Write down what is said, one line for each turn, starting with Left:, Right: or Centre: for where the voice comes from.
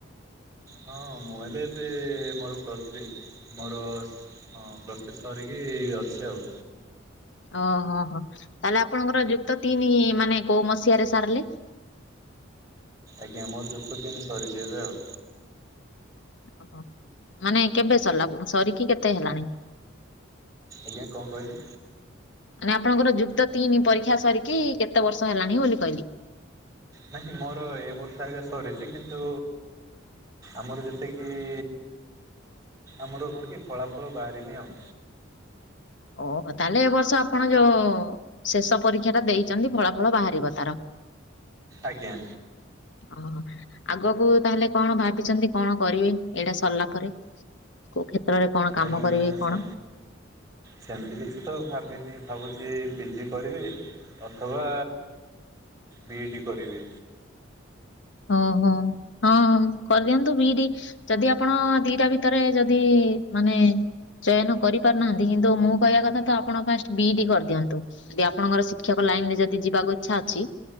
Right: ହଁ ମୁଁ ହେଲେ ଏବେ ମୋର ପତ୍ରୀ ମୋର ହଁ ପ୍ଲସ୍ ଥ୍ରୀ ସରିକି ଅଛି ଆଉ।
Left: ଓହୋହୋ ତାହାଲେ ଆପଣଙ୍କର ଯୁକ୍ତତିନି ମାନେ କୋଉ ମସିହାରେ ସାରିଲେ?
Right: ଆଜ୍ଞା ମୋର ଜୁକ୍ତତିନି ସରିଛି ଏବେ ଆଉ।
Left: ଓହୋ ମାନେ କେବେ ସରିଲା ସରିକି କେତେ ହେଲାଣି?
Right: ଆଜ୍ଞା କଣ କହିଲେ?
Left: ନାହିଁ ଆପଣଙ୍କର ଯୁକ୍ତ ତିନି ପରୀକ୍ଷା ସରିକି କେତେ ବର୍ଷ ହେଲାଣି ବୋଲି କହିଲି।
Right: ନାହିଁ ମୋର ଏ ବର୍ଷ ଆଜ୍ଞା ସରିଛି କିନ୍ତୁ ଆମର ଯେତିକି ଆମର କଣ କି ଫଳା ଫଳ ବାହାରିନି ଆଉ।
Left: ଓହୋ ତାହେଲେ ଏ ବର୍ଷ ଆପଣ ଯୋଉ ଶେଷ ପରୀକ୍ଷା ଟା ଦେଇଛନ୍ତି ଫଳା ଫଳ ବାହାରିବ ତାର। <inaudible>
Right: ଆଜ୍ଞା।
Left: ଓହୋ। ଆଗକୁ ତାହେଲେ କଣ ଭାବିଛନ୍ତି କଣ କରିବେ ଏଇଟା ସରିଲା ପରେ? କୋଉ କ୍ଷେତ୍ରରେ କଣ କାମ
Right: ଆଜ୍ଞା
Left: କରିବେ
Right: ସେ
Left: କଣ?
Right: ସେମିତି କିଛି ତ ଭାବିନି ଭାବୁଛି ପି ଜି କରିବି। ଅଥବା ବିଇ ଡି କରିବି।
Left: ଓହୋ ହଁ କରିଦିଅନ୍ତୁ ବି ଇ ଡି ଯଦି ଆପଣ ଦିଟା ଭିତରେ ଯଦି ମାନେ ଚୟନ କରିପାରୁନାହାନ୍ତି କିନ୍ତୁ ମୁଁ କହିବା କଥା ତ ଆପଣ ଫାଷ୍ଟ ବି ଇ ଡି କରିଦିଅନ୍ତୁ। ଯଦି ଆପଣଙ୍କର ଶିକ୍ଷକ ଲାଇନ ରେ ଯଦି ଯିବାକୁ ଇଚ୍ଛା ଅଛି